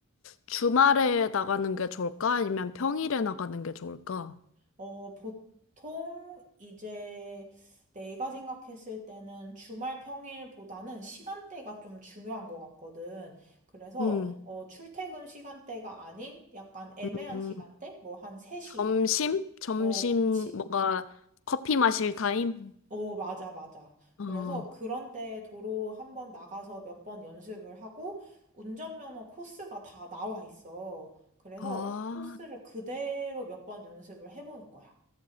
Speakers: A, on the left; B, on the right.
A: 주말에 나가는 게 좋을까? 아니면 평일에 나가는 게 좋을까?
B: 어, 보통 이제 내가 생각했을 때는 주말 평일보다는 시간대가 좀 중요한 것 같거든. 그래서
A: 음,
B: 어, 출퇴근 시간대가 아닌 약간 애매한
A: 음, 음.
B: 시간대? 뭐 한 3시.
A: 점심? 점심
B: 어, 그치.
A: 뭔가 커피 마실 타임?
B: 어, 맞아, 맞아.
A: 어.
B: 그래서 그런 때 도로 한번 나가서 몇 번 연습을 하고 운전면허 코스가 다 나와 있어. 그래서
A: 아,
B: 그 코스를 그대로 몇 번 연습을 해보는 거야.